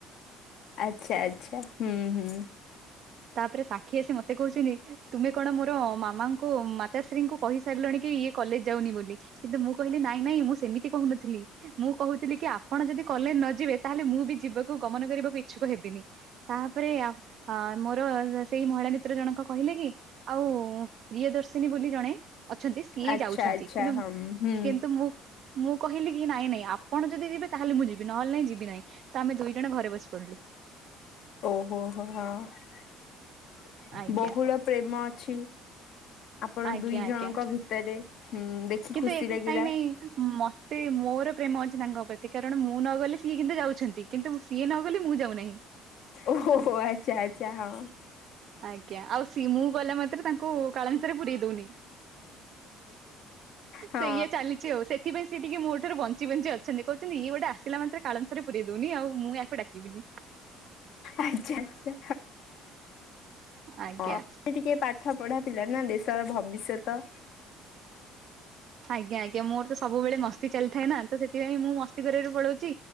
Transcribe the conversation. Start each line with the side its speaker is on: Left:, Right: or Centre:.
Left: ଆଚ୍ଛା ଆଚ୍ଛା ହୁଁ ହୁଁ।
Right: ତାପରେ ସାକ୍ଷୀ ଆସି ମତେ କହୁଛନ୍ତି ତୁମେ କଣ ମୋର ମାମା ଙ୍କୁ ମାତାଶ୍ରୀ ଙ୍କୁ କହିସାରିଲାଣି କି ଇଏ କଲେଜ ଯାଉନି ବୋଲି କିନ୍ତୁ ମୁଁ କହିଲି ନାଇଁ ନାଇଁ ମୁଁ ସେମିତି କହୁନଥିଲି। ମୁଁ କହୁଥିଲି କି ଆପଣ ଯଦି କଲେଜ ନ ଯିବେ ତାହେଲେ ମୁଁ ବି ଯିବାକୁ ଗମନ କରିବାକୁ ଇଚ୍ଛୁକ ହେବିନି। ତାପରେ ଅ ମୋର ସେଇ ମହିଳା ମିତ୍ର ଜଣଙ୍କ କହିଲେ କି ଆଉ ପ୍ରିୟ ଦର୍ଶିନୀ ବୋଲି ଜଣେ ଅଛନ୍ତି ସିଏ
Left: ଆଚ୍ଛା
Right: ଯାଉଛନ୍ତି।
Left: ଆଚ୍ଛା
Right: କିନ୍ତୁ
Left: ହଁ ହୁଁ
Right: କିନ୍ତୁ ମୁଁ ମୁଁ କହିଲି କି ନାଇଁ ନାଇଁ ଆପଣ ଯଦି ଯିବେ ତାହେଲେ ମୁଁ ଯିବି ନହେଲେ ନାଇଁ ଯିବି ନାହିଁ ତ ଆମେ ଦୁଇ ଜଣ ଘରେ ବସି ପଡିଲୁ।
Left: ଓହୋ ହୋ ହୋ ହଁ
Right: ଆଜ୍ଞା
Left: ବହୁଳ ପ୍ରେମ ଅଛି ଆପଣ
Right: ଆଜ୍ଞା
Left: ଦୁଇ ଜଣଙ୍କ
Right: ଆଜ୍ଞା
Left: ଭିତରେ। ହୁଁ ଦେଖି
Right: କିନ୍ତୁ
Left: ଖୁସି
Right: ଏ
Left: ଲାଗିଲା
Right: ଟାଇମ୍ ମ ତେ ମୋର ପ୍ରେମ ଅଛି ତାଙ୍କ ପ୍ରତି କାରଣ ମୁଁ ନ ଗଲେ ସିଏ କିନ୍ତୁ ଯାଉଛନ୍ତି କିନ୍ତୁ ସିଏ ନ <unintelligible> ମୁଁ ଯାଉନାହିଁ।
Left: ଓହହୋ ଆଚ୍ଛା ଆଚ୍ଛା ହଁ।
Right: ଆଜ୍ଞା ଆଉ ସି ମୁଁ ଗଲା ମାତ୍ରେ ତା ଙ୍କୁ କାଳନ୍ଦୀ ସାର୍ ପୁରେଇ ଦଉନି
Left: ହଁ
Right: ତ ଇଏ ଚାଲିଛି ଆଉ ସେ ଥିପାଇଁ ସେ ଟିକେ ମୋ ଠାରୁ ବଞ୍ଚି ବଞ୍ଚି ଅ ଛନ୍ତି କହୁଛନ୍ତି ଇଏ ଗୋଟେ ଆସିଲା ମାତ୍ରେ କାଳନ୍ଦି ସାର୍ ପୁରେଇ ଦଉନି ଆଉ ମୁଁ ଆକୁ ଡାକିବିନି।
Left: ଆଚ୍ଛା ଆଛା।
Right: ଆଜ୍ଞା
Left: ହଁ ସ ଟିକେ ପାଠ ପଢା ପିଲା ନା ଦେଶର ଭବିଷ୍ୟତ।
Right: ଆଜ୍ଞା ଆଜ୍ଞା ମୋର ତ ସବୁବେଳେ ମସ୍ତି ଚାଲିଥାଏ ନା ତ ସେଥିପାଇଁ ମୁଁ ମସ୍ତି କରିବାରେ ପଳାଉଛି।